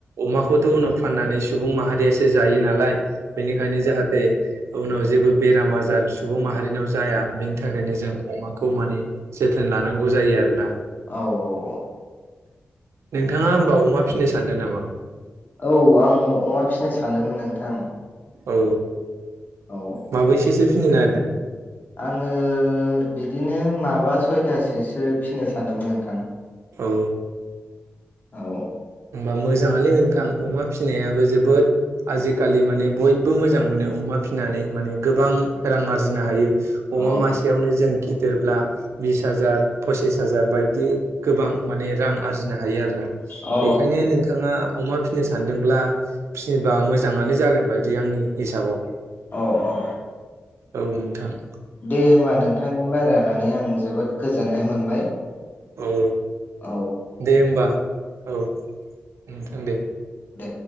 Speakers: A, on the right; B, on the left.
A: अमाखौथ' उनाव फाननानै सुबुं माहारियासो जायो नालाय बेनिखायनो जाहाथे उनाव जेबो बेराम आजार सुबुं माहारिनाव जाया बिनि थाखायनो जों अमाखौ माने जोथोन लानांगौ जायो आरोना
B: औ औ औ
A: नोंथाङा होमबा अमा फिनो सानदों नामा
B: औ आं अमा फिनो सानदोंमोन नोंथां
A: औ
B: औ
A: माबैसेसो फिनो नागिरदों
B: आङो बिदिनो माबा सयथासोसो फिनो सानदोंमोन नोंथां
A: औ
B: औ
A: होमबा मोजाङानो नोंथां अमा फिसिनायाबो जोबोद आजिखालि माने बयबो मोजां मोनो अमा फिनानै माने गोबां रां आरजिनो हायो।
B: अ
A: अमा मासेयावनो जों गिदिरब्ला बिस हाजार फसिस हाजार बाय दि गोबां माने रां आरजिनो हायो आरोना
B: अ
A: बेखायनो नोंथाङा अमा फिनो सानदोंब्ला फिबा मोजाङानो जागोन बायदि आंनि हिसाबाव
B: अ अ
A: औ नोंथां।
B: दे होमबा नोंथांजों रायज्लायनानै आं जोबोद गोजोननाय मोनबाय
A: औ
B: औ
A: दे होनबा औ नोंथां दे
B: दे